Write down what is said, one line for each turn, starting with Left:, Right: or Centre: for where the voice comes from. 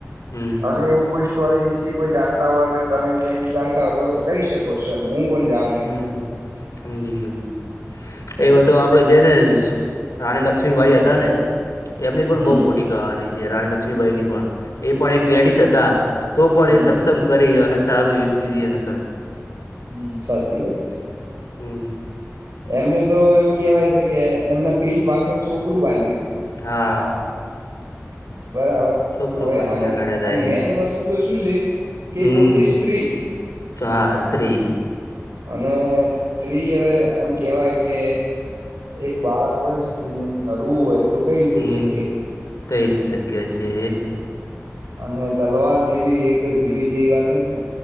Left: હમ
Right: અને એવું કોઈ સ્ટોરી વિશે કોઈ જાણતા હોય કે તમે કોઈ એવું જાણતા હોય તો કહી શકો છો એ હું પણ જાણું એમ
Left: હમ સમજી ગયયો હ
Right: બરાબર
Left: એવા તો આપડે જઈને રાણી લક્ષ્મીબાઈ હતા ને એમની પણ
Right: હમ
Left: બહુ મોટી કહાની છે રાણી લક્ષ્મીબાઈ ની પણ એ પણ એક લેડીસ હતા તો પણ
Right: હમ
Left: એ સક્ષમ કરી અને સારું યી હતીી એ અને કરરાતા
Right: હમ સાચી વાત છે
Left: હમ
Right: એમને તો એવું કેવાય છે કે એમના પીઠ પાછળ છોકરું બાંધે
Left: હા
Right: બરાબર
Left: છોકરું
Right: હવે
Left: બધીને
Right: આ
Left: લડ્યા તા એ
Right: મેન વસ્તુ તો શું છે કે
Left: હમ
Right: પોતે સ્ત્રી
Left: હા સ્ત્રી
Right: અને સ્ત્રી હવે આમ કેવાય કે એક બાળક હોય સ્ત્રીને લડવું હોય તો કઈ રીતે
Left: હમ
Right: શક્ય
Left: કઈ રીતે શક્ય છે
Right: અને તલવાર લેવી એ કોઈ જીવી દે એવી વાત નથી